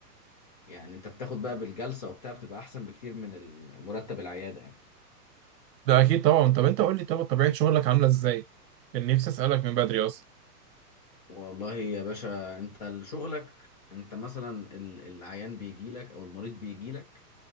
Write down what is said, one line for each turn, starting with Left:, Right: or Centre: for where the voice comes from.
Left: يعني انت بتاخد بقى بالجلسة وبتاع بتبقى احسن بكتير من ال- مرتب العيادة يعني
Right: ده اكيد طبعا طب انت قول لي طب طبيعه شغلك عامله ازاي كان نفسي اسالك من بدري اصلا
Left: والله يا باشا انت شغلك انت مثلا ال- العيان بيجي لك او المريض بيجي لك